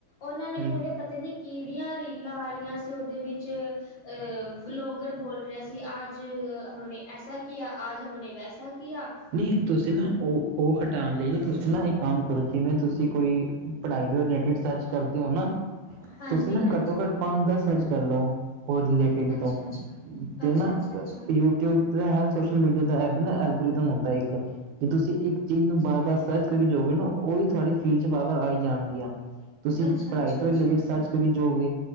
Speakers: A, on the left (about 55°); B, on the right (about 80°).
A: ਉਨ੍ਹਾਂ ਨੇ
B: ਹਾਂਜੀ
A: ਖੋਲਿਆ ਪਤਾ ਨੀ ਕਿਹੜੀਆਂ ਰੀਲਾਂ ਆ ਰਹੀਆਂ ਸੀ ਉਹਦੇ ਵਿੱਚ ਅਹ ਵਲੋਗਰ ਬੋਲ ਰਿਹਾ ਸੀ ਅ ਜ ਹਮ ਨੇ ਐਸਾ ਕਿਆ ਆਜ ਹਮ ਨੇ ਵੈਸਾ ਕਿਆ,
B: ਨਹੀਂ ਤੁਸੀਂ ਨਾ ਉਹ-ਉਹ ਹਟਾਉਣ ਲਈ ਨਾ ਤੁਸੀਂ ਨਾ ਇੱਕ ਕੰਮ ਕਰੋ ਜਿਵੇਂ ਤੁਸੀਂ ਕੋਈ, ਪੜ੍ਹਾਈ ਦੇ ਰਿਲੇਟਿਡ ਸਰਚ ਕਰਦੇ ਹੋ ਨਾ,
A: ਹਾਂਜੀ
B: ਤੁਸੀਂ ਨਾ
A: ਹਾਂਜੀ
B: ਘੱਟੋ ਘੱਟ ਪਾ ਦਾ ਸਜ ਕਰ ਲਓ ਹੋ ਰਿਲੇਟ
A: ਅੱਛਾ
B: ਤੋ
A: ਅੱਛਾ
B: ਤੇ
A: ਅੱਛਾ
B: ਨਾ
A: ਅੱਛਾ
B: ਪੀ
A: ਅੱਛਾ
B: ਯੁ ਬ ਸੋਸ਼ਲ ਮੀਡੀਆ ਦਾ ਐਪ ਐਲਗੋਰਮ ਹੁੰਦਾ ਇੱਕ ਜੇ ਤੁਸੀਂ ਇੱਕ ਚੀਜ਼ ਨੂੰ
A: ਅੱਛਾ
B: ਬਾਰ-ਬਾਰ, ਸਰਚ ਕਰੀ ਜੋਗੇ ਨਾ ਉਹੀ ਤੁਹਾਡੀ ਫੀਲਡ 'ਚ ਬਾਹਰ ਆਈ ਜਾਣਗੀਆਂ, ਤੁਸੀਂ
A: ਅੱਛਾ
B: ਪੜ੍ਹਾਈ
A: ਅੱਛਾ
B: ਤੋਂ
A: ਅੱਛਾ
B: ਰਿਲੇਟਿਡ ਸਰਚ ਕਰੀ ਜਾਓਗੇ